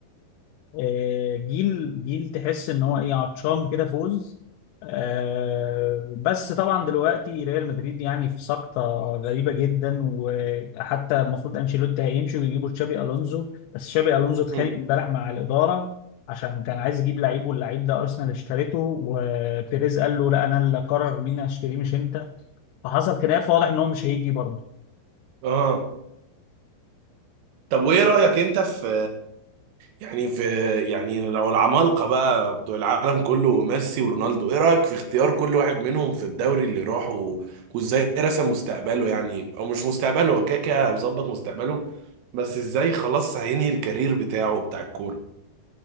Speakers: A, on the left (about 85°); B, on the right (about 85°).
A: آه، جيل جيل تحس ان هو ايه عطشان كده فوز آه، بس طبعا دلوقتي ريال مدريد يعني في سقطة غريبة جدا وحتى المفروض انشيلوتي هيمشي ويجيبوا تشابي الونزو بس تشابي الونزو اتخانق
B: امم
A: امبارح مع الإدارة عشان كان عايز يجيب لعيب واللعيب ده ارسنال اشتريته وبيريز قال له لا انا اللي اقرر مين هشتريه مش انت فحصل خلاف واضح ان هو مش هيجي برضه
B: اه طب وايه رأيك انت في يعني في يعني لو العمالقة بقى بتوع العالم كله ميسي ورونالدو ايه رأيك في اختيار كل واحد منهم في الدوري اللي راحه و- وازاي رسم مستقبله يعني او مش مستقبله هو كده كده مظبط مستقبله بس ازاي خلاص هينهي الكارير بتاعه بتاع الكورة